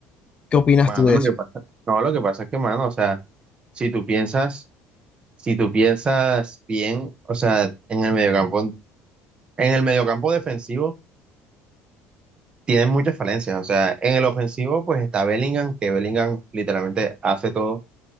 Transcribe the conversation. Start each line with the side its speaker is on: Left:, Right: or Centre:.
Left: ¿Qué opinas
Right: Mano,
Left: tú de
Right: lo
Left: eso?
Right: que pasa, no, lo que pasa es que, mano, o sea, si tú piensas, si tú piensas bien, o sea, en el mediocampo, en el mediocampo defensivo tienen muchas falencias. O sea, en el ofensivo, pues está Bellingham, que Bellingham literalmente hace todo.